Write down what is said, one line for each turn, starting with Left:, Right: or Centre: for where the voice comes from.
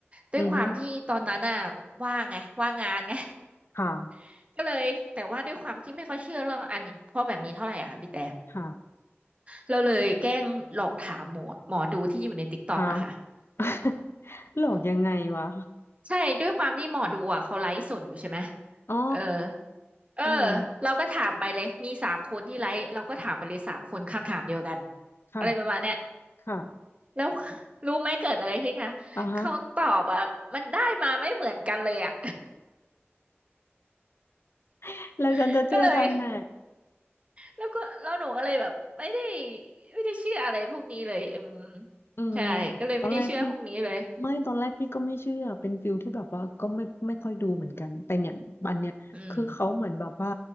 Right: ด้วยความที่ตอนนั้นน่ะ
Left: อือฮึ
Right: ว่างไงว่างงานไง
Left: ค่ะ
Right: <laughs> ก็เลยแต่ว่าด้วยความที่ไม่ค่อยเชื่อเรื่องอันนี้พวกแบบนี้เท่าไหร่อะค่ะพี่แต่
Left: ค่ะ
Right: เราเลยแกล้งหลอกถามหมอหมอดูที่อยู่ในติ๊กต็อกอะค่ะ
Left: ค่ะ <laughs> หลอกยังไงวะ
Right: ใช่ด้วยความที่หมอดูอะเขาไลฟ์สดอยู่ใช่ไหม
Left: อ๋อ
Right: เออ เออ
Left: อืม
Right: เราก็ถามไปเลยมีสามคนที่ไลฟ์เราก็ถามไปเลยสามคนคำถามเดียวกัน
Left: ค่ะ
Right: อะไรประมาณเนี้ย
Left: ค่ะ
Right: แล้วรู้ไหมเกิดอะไรขึ้นคะคำตอบอ่ะมันได้มาไม่เหมือนกันเลยอ่ะ
Left: อ่าฮะ <laughs> แล้วฉันจะเชื่อทางไหน
Right: <laughs> ก็เลยแล้วก็แล้วหนูก็เลยแบบไม่ได้ไม่ได้เชื่ออะไรพวกนี้เลยอืม
Left: อืม
Right: ใช่ก็เลยไม่ได้เชื่อพวกนี้เลย
Left: ตอนแรกพี่ไม่ตอนแรกพี่ก็ไม่เชื่อเป็นฟิลที่แบบว่าก็ไม่ไม่ค่อยดูเหมือนกันแต่เนี่ยอันเนี้ยคือเขาเหมือนแบบว่า
Right: อืม